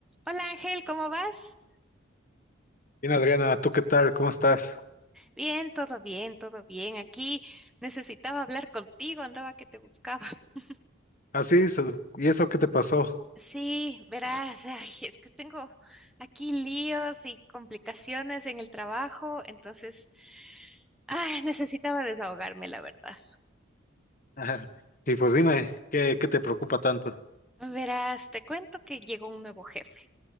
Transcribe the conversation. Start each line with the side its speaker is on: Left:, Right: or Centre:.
Centre: Hola Ángel, ¿cómo vas?
Left: Bien, Adriana, ¿tú qué tal? ¿Cómo estás?
Centre: Bien, todo bien, todo bien. Aquí necesitaba hablar contigo, andaba que te buscaba. <laughs>
Left: Ah, sí, so- ¿y eso qué te pasó?
Centre: Sí, verás, ay, es que tengo aquí líos y complicaciones en el trabajo, entonces ay, necesitaba desahogarme, la verdad.
Left: Ajá. Y pues dime, ¿qué, qué te preocupa tanto?
Centre: Verás, te cuento que llegó un nuevo jefe.